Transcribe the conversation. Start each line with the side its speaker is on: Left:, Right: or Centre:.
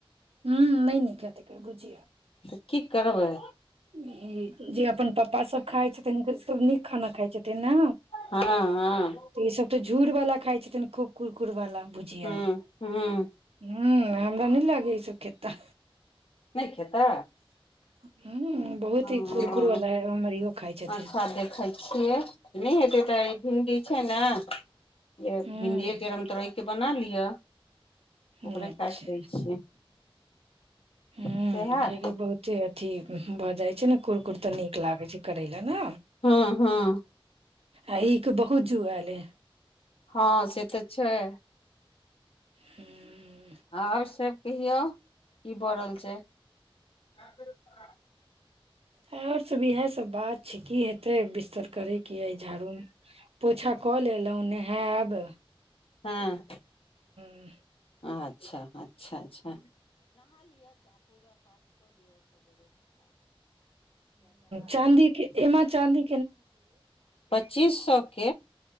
Right: ह नइ निक हेतय एकर भूझिय
Left: तऽ की करबै
Right: ई जे अपन पापा सब खााय छै त हनक सब नीक खाना खााय छै ने
Left: हँ हँ
Right: त ई सब तऽ झूर बाला खाइ छथिन खूब कुरकुर वाला भूझिया
Left: हूँ हूँ
Right: ह हमरा लगे इ सब खेता
Left: नहि खेता
Right: <inaudible> बहुत
Left: ह
Right: ही कुरकुर वाला है हमर इहो खाइ छथिन
Left: अच्छा देखै छियै नहि हेते तऽ भिंडी छइ नै य
Right: ह
Left: भिणडीे के रामतौरय के के बना लिअ ओकरे
Right: अच्छा
Left: काटि दै छियै
Right: ह
Left: से हैत
Right: कियैकी बहुत अथी <inaudible> ने कुरकुर तऽ नीक लागै छै करैला ने
Left: हँ हँ
Right: आ ई के बहुत जुआयलेै
Left: हँ से तऽ छैक
Right: हू <inaudible>
Left: आओर सब कहियो की भ रहल छैक से <inaudible>
Right: आओर सब इएह सब बात छैक की हेतय बिस्तर करेकेँ य झाड़ू पोछा कऽ लेलहुँ नहायब
Left: हँ
Right: ह <inaudible>
Left: अच्छा अच्छा
Right: चाँदी के एमे चाँदी
Left: <inaudible> चीसक <inaudible>